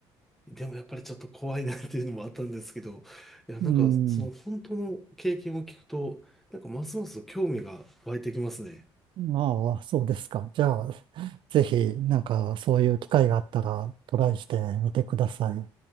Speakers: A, in the centre; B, on the right (about 55°).
A: でもやっぱりちょっと怖いなっていうのもあったんですけど、いや、なんかその本当の経験を聞くと、
B: うん、
A: なんかますます興味が湧いてきますね。
B: まあ、そうですか。じゃあ、ぜひ、なんかそういう機会があったらトライしてみてください。